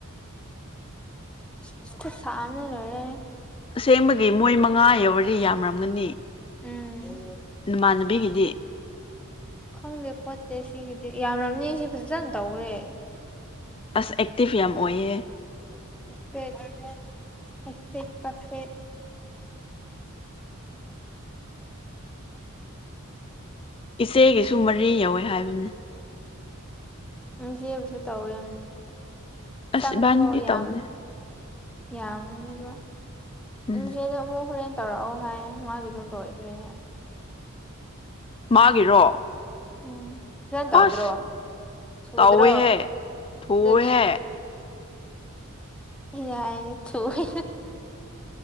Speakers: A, in the centre; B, on the left (about 25°).
A: <unintelligible> ꯁꯝꯅ ꯂꯣꯏꯔꯦ
B: ꯑꯁꯦꯡꯕꯒꯤ ꯃꯣꯏ ꯃꯉꯥ ꯌꯧꯔꯔꯤ ꯌꯥꯝꯔꯝꯒꯅꯤ
A: ꯎꯝ
B: ꯅꯨꯃꯥꯟꯅꯕꯤꯒꯤꯗꯤ
A: ꯈꯪꯗꯦ ꯈꯣꯠꯇꯦ ꯁꯤꯒꯤꯗꯤ ꯌꯥꯝꯔꯝꯅꯤ ꯁꯤ ꯐꯖꯅ ꯇꯧꯈ꯭ꯔꯦ
B: ꯑꯁ ꯑꯦꯛꯇꯤꯞ ꯌꯥꯝ ꯑꯣꯏꯌꯦ
A: <unintelligible> ꯀꯐꯦ
B: ꯏꯆꯦꯒꯤꯁꯨ ꯃꯔꯤ ꯌꯧꯋꯦ ꯍꯥꯏꯕꯅꯤ
A: ꯎꯝ ꯆꯦꯕꯁꯨ ꯇꯧꯋꯦ
B: ꯑꯁ
A: ꯆꯪꯕꯗꯣ
B: ꯏꯕꯥꯅꯤꯗꯤ
A: ꯌꯥꯝ
B: ꯇꯧꯗꯦ
A: ꯌꯥꯝꯅꯦꯕ
B: ꯎꯝ
A: ꯅꯗ ꯃꯛ ꯍꯣꯔꯦꯟ ꯇꯧꯔꯛꯑꯣ ꯍꯥꯏꯌꯦ ꯃꯥꯒꯤꯁꯨ ꯂꯣꯏꯈ꯭ꯔꯦ
B: ꯃꯥꯒꯤꯔꯣ
A: ꯎꯝ ꯈꯤꯖꯅ ꯇꯧꯗ꯭ꯔꯣ
B: ꯑꯁ
A: ꯁꯨꯗ꯭ꯔꯣ
B: ꯇꯧꯋꯦꯍꯦ ꯊꯨꯋꯦꯍꯦ
A: ꯑꯗꯨꯅꯤ ꯌꯥꯅꯦ ꯊꯅ